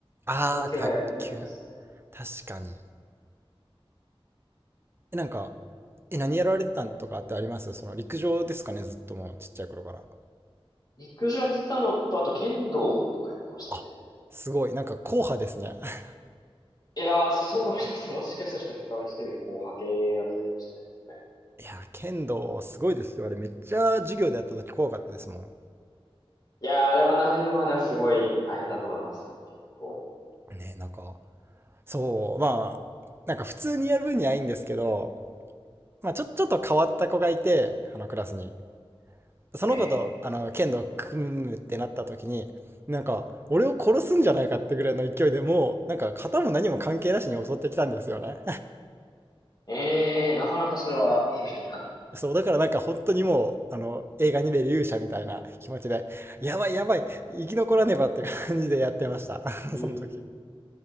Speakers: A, on the right (about 25°); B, on the left (about 40°).
A: ああ、
B: そういう系はやりますね。
A: 卓球。確かに。え、なんか、え、何やられてたんとかってありますその陸上ですかね、ずっともうちっちゃい頃から。
B: 陸上やってたのと、あと剣道とかやってましたね。
A: あ、すごい、なんか硬派ですね。<laughs>
B: いやー、そうかもしれないです。もしかしたらちょっと他の人よりこう派系やってたかもしれないですね。
A: いや、剣道すごいですよ。あれめっちゃ授業でやった時怖かったですもん。
B: いやー、あれは慣れるまではすごい大変だと思います。結構。
A: ね、なんか、そう、まあ、なんか普通にやる分にはいいんですけど、まあちょ、ちょっと変わった子がいて、あのクラスに。その子と、
B: ええ。
A: あの、剣道組むってなった時に、なんか、俺を殺すんじゃないかってぐらいの勢いでもう、なんか、型も何も関係なしに襲ってきたんですよね。
B: ええ、なかなかそれはヘビーな。
A: そう、だからなんか本当にもう、あの、映画に出る勇者みたいな気持ちで、やばいやばい、生き残らねばって感じでやってました。<laughs>
B: うん。
A: その時。